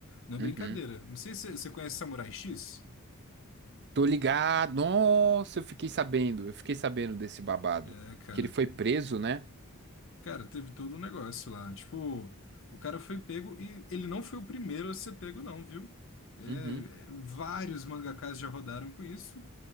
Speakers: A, on the left; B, on the right.
A: Não é brincadeira.
B: Uhum.
A: Não sei se você conhece Samurai X.
B: Tô ligado. Nossa, eu fiquei sabendo. Eu fiquei sabendo desse babado.
A: É, cara.
B: Que ele foi preso, né?
A: Cara, teve todo um negócio lá. Tipo, o cara foi pego e ele não foi o primeiro a ser pego, não, viu? É,
B: Uhum.
A: é, vários mangakás já rodaram com isso.